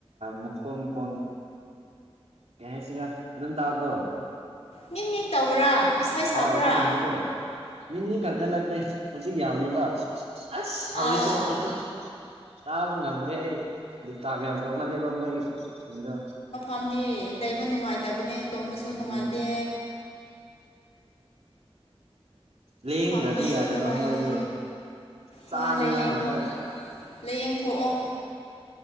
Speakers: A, on the right; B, on the left.
A: ꯃꯈꯣꯡ ꯃꯈꯣꯡ ꯀꯩ ꯍꯥꯏꯁꯤꯔ ꯑꯗꯨꯝ ꯇꯥꯕꯗꯣ
B: ꯅꯤꯡ ꯌꯦ ꯇꯧꯕ꯭ꯔꯥ ꯏꯁꯩ ꯁꯛꯄ꯭ꯔꯥ
A: ꯑꯥ ꯑꯗꯨꯒꯨꯝꯕꯗꯣ ꯅꯤꯅꯤ ꯈꯛꯇ ꯅꯠꯇꯦ ꯍꯧꯖꯤꯛ ꯌꯥꯝꯃꯦꯕ ꯑꯁ ꯍꯧꯥꯎꯔꯤ
B: ꯑꯥ
A: ꯇꯣ ꯍꯧꯥꯎꯔꯤ ꯇꯣ ꯇꯥꯕ ꯉꯝꯗ꯭ꯔꯦ ꯑꯩ ꯗꯤꯁꯇꯥꯔꯕ ꯌꯥꯝ ꯇꯧꯃꯜꯂꯦꯕ ꯃꯣꯏ ꯁꯤꯡꯗꯣ
B: ꯃꯔꯝꯗꯤ ꯂꯩꯕ ꯅꯨꯡꯉꯥꯏꯇꯕꯅꯦ ꯇꯣꯝꯕꯁꯨ ꯅꯨꯡꯉꯥꯏꯇꯦ
A: ꯎꯝ ꯂꯦꯡꯗ꯭ꯔꯗꯤ
B: ꯐꯝꯕꯁꯨ
A: ꯌꯥꯗꯦꯕ
B: ꯅꯨꯡꯉꯥꯏꯔꯦ
A: ꯃꯣꯏꯗꯣ ꯆꯥꯅꯤꯡꯉꯥꯏ
B: ꯍꯣꯏ ꯂꯥꯏꯌꯦꯡ
A: ꯈꯛꯇ
B: ꯂꯥꯏꯌꯦꯡꯊꯑꯣ